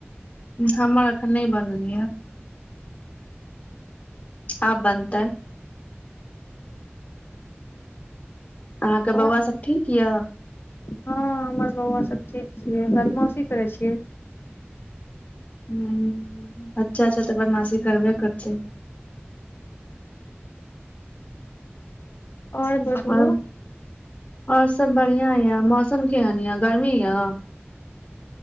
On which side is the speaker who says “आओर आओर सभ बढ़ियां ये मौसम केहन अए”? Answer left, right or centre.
Left